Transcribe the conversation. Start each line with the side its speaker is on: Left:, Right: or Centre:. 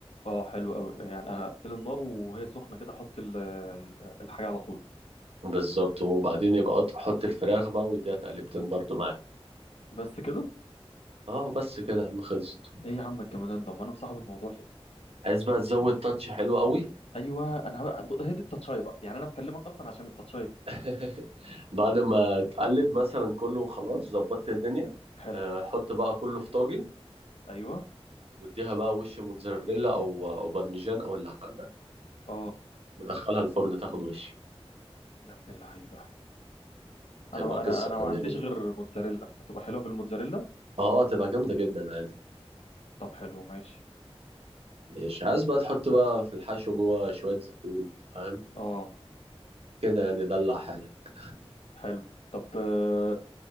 Left: اه حلو قوي يعني اقفل النار وهي سخنة كده احط ال- ال- الحاجة على طول
Right: بالظبط وبعدين يبقى قط- حط الفراخ بقى واديها تقلبتين برضو معاه
Left: بس كده
Right: اه بس كده يا عم خلصت
Left: ايه يا عم الجمدان ده امال انا مصاحب الموضوع ليه
Right: عايز بقى تزود تاتش حلو قوي
Left: ايوه انا هو- ب- هي دي التاتشاي بقى يعني انا مكلمك اصلا عشان التاتشاي دي
Right: <laughs> بعد ما تقلب مثلا كله خلاص ظبطت الدنيا
Left: حلو
Right: آه، حط بقى كله في طاجن
Left: ايوه
Right: واديها بقى وش موتزاريلا او او بارميجان او اللي عندك
Left: اه
Right: ودخلها الفرن تاخد وش
Left: يا ابن اللعيبه
Right: تبقى
Left: انا
Right: قصة
Left: انا انا
Right: تانية
Left: ما عنديش
Right: دي
Left: غير موتزاريلا هتبقى حلوه بالموتزاريلا
Right: اه تبقى جامدة جدا عادي
Left: طب حلو ماشي
Right: مش عايز بقى تحط بقى في الحشو جوه شوية زيتون فاهم
Left: اه
Right: كده يعني دلع حالك
Left: حلو طب آه